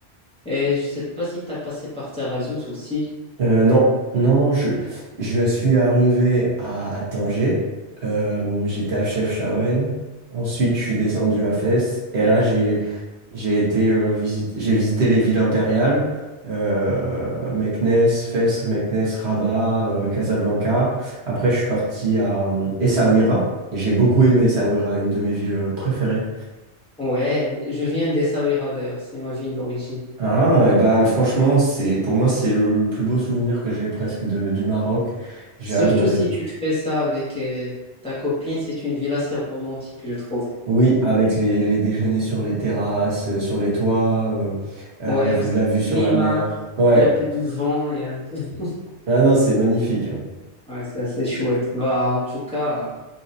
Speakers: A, in the centre; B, on the right (about 65°).
A: Et je sais pas si tu as passé par Taghazout aussi.
B: Euh, non, non, je, je suis arrivé à Tanger. Euh, j'étais à Chefchaouen. Ensuite, je suis descendu à Fès. Et là, j'ai j'ai été euh, visite- j'ai visité les villes impériales, euh, Meknès, Fès, Meknès, Rabat, euh, Casablanca. Après, je suis parti à euh, Essaouira. J'ai beaucoup aimé Essaouira, une de mes villes euh, préférées.
A: Ouais, je viens d'Essaouira d'ailleurs, c'est ma ville d'origine.
B: Ah, et bah franchement, c'est pour moi c'est le plus beau souvenir que j'ai presque de- du Maroc. J'ai
A: Surtout
B: adoré.
A: si tu fais ça avec euh, ta copine, c'est une ville assez romantique, je trouve.
B: Oui, avec les, les déjeuners sur les terrasses, euh, sur les toits, euh, euh,
A: Ouais,
B: la vue,
A: aussi,
B: la vue sur
A: le climat,
B: la mer. Ouais.
A: il y a un peu du vent, il y a un peu. <laughs>
B: Ah non, c'est magnifique. hein.
A: Ouais, c'est assez chouette. Bah, en tout cas,